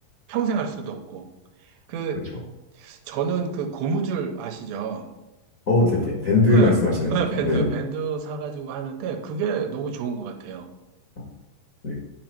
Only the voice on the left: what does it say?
그쵸.
어, 네네. 밴드 말씀하시는
거죠.
네네.
어, 네,